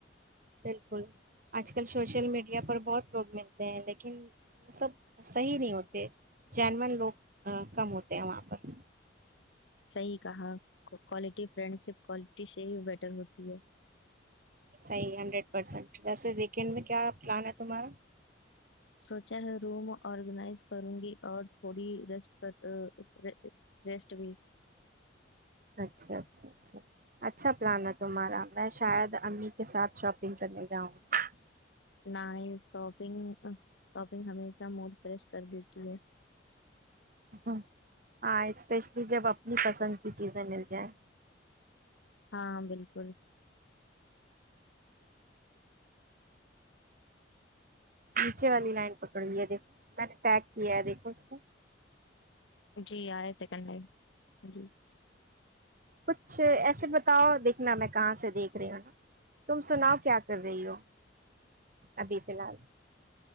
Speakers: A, on the right (about 50°); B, on the left (about 85°).
A: بالکل آج کل سوشل میڈیا پر بہت لوگ ملتے ہیں لیکن وہ سب صحیح نہیں ہوتے جنن لوگ کم ہوتے ہیں وہاں پر
B: صحی کہا کوالٹی فرینڈ شپ کوالٹی یہی بیٹر ہوتی ہے
A: صحیح ہنڈریڈ پرسینٹ ویسے ویکینڈ میں کیا پلان ہے تمہارا
B: سوچا ہے روم آرگنائز کروں گی اور تھوڑی ر ریسٹ بھی
A: اچھا اچھا اچھا اچھا پلان ہے تمہارا میں شاید امی کے ساتھ شاپنگ کرنے جاؤں گی
B: ن شاپنگ شاپنگ ہمیش ا موڈ فریش کر دیتی ہے
A: ہ ہاں اسپیشلی جب اپنی پسند کی چیزیں مل جائیں
B: ہاں بالکل
A: نیچے والی لائن پکڑی ہے دیکھو میں نے ٹیک کیا ہے دیکھو اس کو
B: جی آ رہے سیکنڈ لائم جی
A: کچھ ایسے بتاؤ دیکھنا میں کہاں سے دیکھ رہی ہوں نا تم سناؤ کیا کر رہی ہو ابھی فی الحال